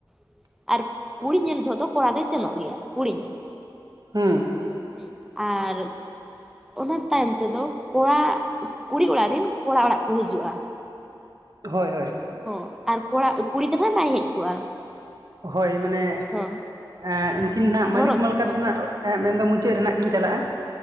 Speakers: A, in the centre; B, on the right.
A: ᱾ ᱟᱨ ᱠᱩᱲᱤ ᱧᱮᱞ ᱡᱚᱦᱚᱜ ᱫᱚ ᱠᱚᱲᱟ ᱫᱚᱭ ᱥᱮᱱᱚᱜ ᱜᱮᱭᱟ ᱠᱩᱲᱤ ᱧᱮᱞ᱾
B: ᱦᱩᱸ
A: ᱦᱩᱸ ᱟᱨ ᱚᱱᱟ ᱛᱟᱭᱚᱢ ᱛᱮᱫᱚ ᱠᱚᱲᱟ ᱠᱩᱲᱤ ᱚᱲᱟᱜ ᱨᱤᱱ ᱠᱚᱲᱟ ᱚᱲᱟᱜ ᱠᱚ ᱦᱤᱡᱩᱜᱼᱟ᱾
B: ᱦᱳᱭ ᱦᱳᱭ
A: ᱦᱚᱸ ᱟᱨ ᱠᱚᱲᱟ ᱠᱩᱲᱤ ᱜᱤᱫᱽᱨᱟᱹ ᱵᱟᱭ ᱦᱮᱡ ᱠᱚᱜᱼᱟ᱾
B: ᱦᱳᱭ ᱢᱟᱱᱮ
A: ᱦᱚᱸ
B: ᱮᱸ ᱩᱱᱠᱤᱱ ᱱᱟᱜ ᱢᱟᱹᱞᱤᱠ
A: ᱦᱚᱨᱚᱜ
B: ᱢᱟᱞᱠᱟᱨ
A: ᱦᱚᱸ
B: ᱫᱚᱦ ᱱᱟᱜ ᱮᱸᱜ ᱢᱮᱱᱫᱚ ᱢᱩᱪᱟᱹᱫ ᱨᱮᱱᱟᱜ ᱠᱤᱧ ᱪᱟᱞᱟᱜᱼᱟ